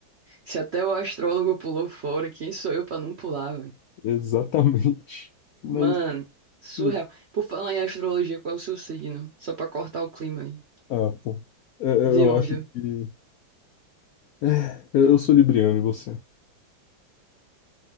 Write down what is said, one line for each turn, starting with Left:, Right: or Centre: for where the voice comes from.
Right: Se até o astrólogo pulou fora, quem sou eu pra não pular, velho?
Left: Exatamente. Mas.
Right: Mano, surreal.
Left: hum,
Right: Por falar em astrologia, qual é o seu signo? Só pra cortar o clima aí.
Left: Ah, pô. É, Eu,
Right: De
Left: eu
Right: ódio.
Left: acho que. É, eu eu sou libriano e você?